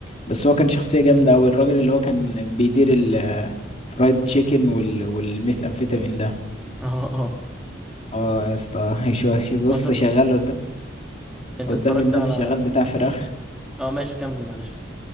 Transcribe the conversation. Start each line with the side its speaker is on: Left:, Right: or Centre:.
Left: بس هو كان شخصيه جامده قوي الراجل اللي هو كان بيدير الفرايد تشيكن وال والميث امفيتامين ده
Centre: اه اه
Left: اه يا اسطى <laughs> شو- بص
Centre: هو انت
Left: شغال قدام
Centre: انت
Left: قدام
Centre: اتفرجت
Left: الناس
Centre: على
Left: شغال بتاع فراخ
Centre: اه ماشي كمل معلش